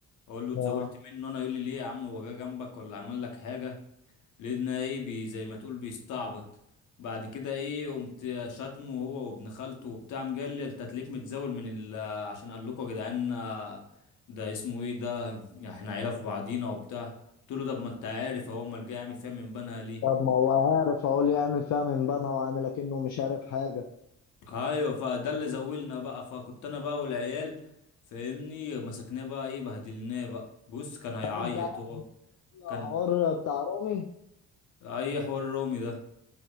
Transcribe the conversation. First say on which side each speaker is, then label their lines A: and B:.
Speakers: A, on the left; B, on the left.
A: اقول له اتزوجت
B: اه
A: منه انا يقول لي ليه يا عم هو جه جنبك ولا عمل لك حاجه لقينا ايه بي زي ما تقول بيستعبط بعد كده ايه قمت شاتمه هو وابن خالته وبتاع مجلي انت تليك متزاول من ال عشان قال لكم يا جدعان آه، ده اسمه ايه ده احنا عيله في بعضينا وبتاع قلت له ده ما انت عارف هو امال جاي يعمل فيها من بنها ليه
B: طب ما هو عارف اقول لي اعمل فيها من بنها واعمل اكنه مش عارف حاجة
A: ايوه فده اللي زولنا بقى فكنت انا بقى والعيال فاهمني مسكناه بقى ايه بهدلناه بقى بص كان هيعيط
B: طب انت عارف
A: هو كان
B: الحوار بتاع رامي
A: اي حوار رومي ده